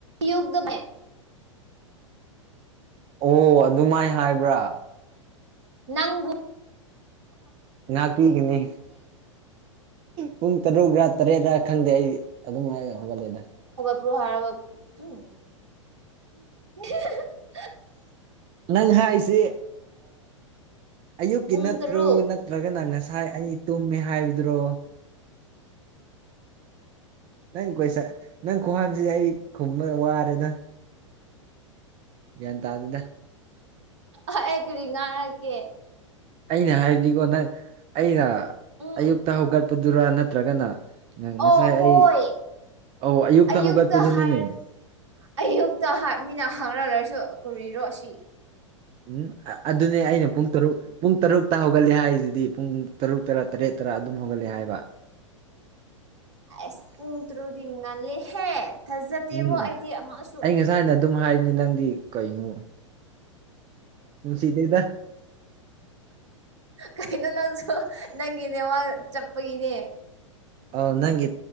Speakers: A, on the right; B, on the right.
A: ꯌꯒꯗ ꯃ
B: ꯑꯣ ꯑꯗꯨꯃꯥꯏ ꯍꯥꯏꯕ꯭ꯔꯥ
A: ꯅꯪꯉꯨ
B: ꯅꯥꯄꯤꯤꯒꯅꯦ ꯄꯨꯡ ꯇꯔꯨꯛ꯭ꯔ ꯇꯔꯦꯠꯔ ꯈꯪꯗꯦ ꯑꯩ ꯑꯗꯨꯝꯥꯏꯅ ꯍꯧꯒꯠꯂꯦꯗ
A: ꯄ ꯍꯥꯔꯠꯇ
B: ꯅꯪ ꯍꯥꯏꯁꯤꯦ ꯑꯌꯨꯛꯀꯤ
A: ꯄꯨꯡ
B: ꯅꯠꯇ꯭ꯔꯣ
A: ꯇꯔꯨꯛ
B: ꯅꯠꯇ꯭ꯔꯒꯅꯪ ꯉꯁꯥꯏ ꯉꯥꯏ ꯑꯩ ꯇꯨꯝꯃꯦ ꯍꯥꯏꯕꯗꯨ꯭ꯔꯣ ꯅꯪ ꯀꯣꯏꯁ ꯅꯪ ꯈ꯭ꯍꯡꯁꯤꯗꯤ ꯑꯩ ꯈꯨꯝꯕ ꯋꯥꯔꯦꯗ ꯌꯦꯟ ꯇꯑꯗ
A: ꯑꯦꯈꯔꯤꯉꯥꯔꯀꯦ
B: ꯑꯩꯅ ꯍꯥꯏꯕꯗꯤꯀꯣ ꯅꯪ ꯑꯩꯅ
A: ꯎꯝ
B: ꯑꯌꯨꯛꯇ ꯍꯧꯒꯠꯄꯗꯨꯔꯥ ꯅꯠꯇ꯭ꯔꯒꯅ
A: ꯑꯣ
B: ꯉꯁꯥꯏ
A: ꯍꯣꯏ
B: ꯑꯩ ꯑꯧ
A: ꯑꯌꯨꯛꯇ
B: ꯍꯧꯒꯠꯄꯗꯨꯅꯤꯅꯦ
A: ꯍꯥꯏ ꯑꯌꯨꯛꯇ ꯃꯤꯅ ꯍꯥꯡꯅꯂꯔꯁꯨ ꯀꯨꯔꯤꯔꯣ ꯈꯁꯤ
B: ꯎꯝ ꯑꯗꯨꯅꯦ ꯑꯩꯅ ꯄꯨꯡ ꯇꯔꯨꯛ ꯄꯨꯡ ꯇꯔꯨꯛꯇ ꯍꯧꯒꯠꯂꯦ ꯍꯥꯏꯗꯨꯗꯤ ꯄꯨꯡ ꯇꯔꯨꯛ ꯇꯔꯥ ꯇꯔꯦꯠ ꯇꯔꯥ ꯑꯗꯨꯝ ꯍꯧꯒꯠꯂꯦ ꯍꯥꯏꯕ <unintelligible>
A: ꯑꯁ ꯄꯨꯡ ꯇꯔꯨꯗꯤ ꯉꯜꯂꯦꯍꯦ ꯊꯥꯖꯗꯦꯕꯣ
B: ꯎꯝ
A: ꯑꯩꯗꯤ ꯑꯃꯁꯨ
B: ꯑꯩ ꯉꯁꯥꯏꯅ ꯑꯗꯨꯝ ꯍꯥꯏꯕꯅꯤ ꯅꯪꯗꯤ ꯀꯩꯅꯣ ꯅꯨꯡꯁꯤꯗꯩꯗ
A: ꯀꯩꯅꯩꯅ ꯅꯪꯁꯨ ꯅꯪꯒꯤꯅꯦ ꯋꯥ ꯆꯄꯒꯤꯅꯦ
B: ꯑꯥꯎ ꯅꯪꯒꯤ